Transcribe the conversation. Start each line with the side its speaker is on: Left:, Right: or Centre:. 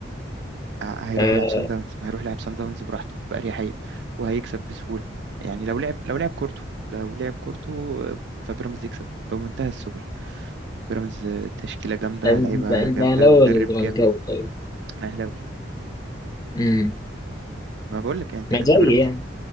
Right: ه- هيروح
Left: آه،
Right: يلعب سان داونز ما هيروح يلعب سان داونز براحته باريحيه وهيكسب بسهوله يعني لو لعب لو لعب كورته لو لعب كورته آه، فبيراميدز يكسب بمنتهى السهوله بيراميدز آه، تشكيلة جامدة
Left: انت
Right: لعيبة
Left: انت
Right: جامدة
Left: اهلاوي
Right: مدرب
Left: ولا زملكاوي
Right: جامد
Left: طيب
Right: أنا أهلاوي
Left: امم
Right: ما بقول لك يعني أنت
Left: ما
Right: أنت
Left: زي
Right: بيراميدز
Left: يعني